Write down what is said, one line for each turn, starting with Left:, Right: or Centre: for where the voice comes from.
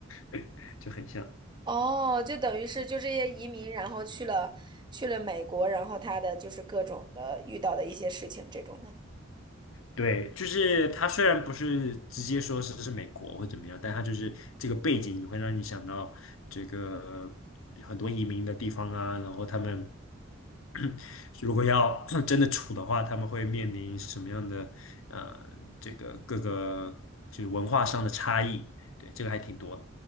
Left: <laughs> 就很像。
Right: 哦，就等于是就这些移民，然后去了去了美国，然后他的就是各种的遇到的一些事情这种的。
Left: 对，就是他虽然不是直接说是是美国或怎么样，但他就是这个背景，你会让你想到这个很多移民的地方啊，然后他们 <clears throat> 如果要 <clears throat> 真的处的话，他们会面临什么样的呃这个各个就是文化上的差异，对，这个还挺多的